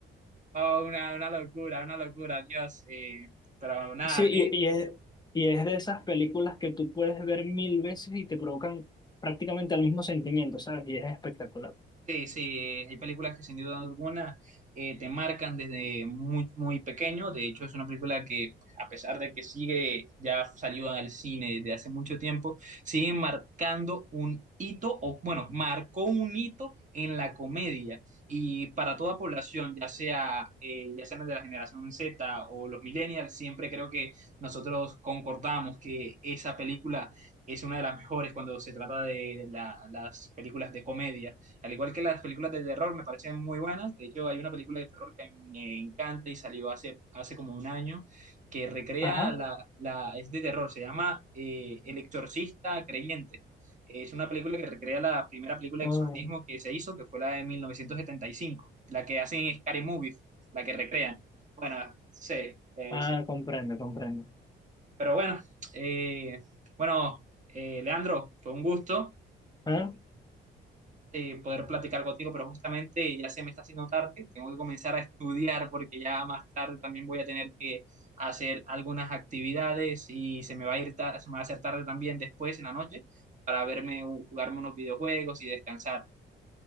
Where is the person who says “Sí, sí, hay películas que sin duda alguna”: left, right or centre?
Right